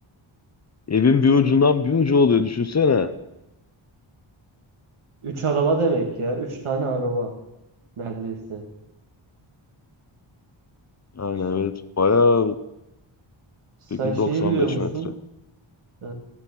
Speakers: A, on the left; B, on the right.
A: Evin bir ucundan bir ucu oluyor düşünsene.
B: Üç araba demek ya. Üç tane araba neredeyse.
A: Yani
B: Ş-
A: evet bayağı
B: Sen
A: 8.95
B: şeyi biliyor musun?
A: metre.
B: Ee,